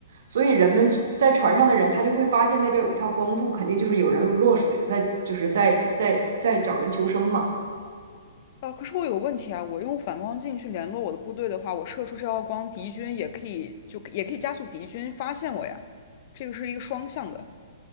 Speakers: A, on the right; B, on the left.
A: 所以人们在船上的人，他就会发现那边有一套光柱，肯定就是有人落水的，在就是在在在找人求生嘛。
B: 啊，可是我有个问题啊，我用反光镜去联络我的部队的话，我射出这道光，敌军也可以就也可以加速敌军发现我呀，这个是一个双向的。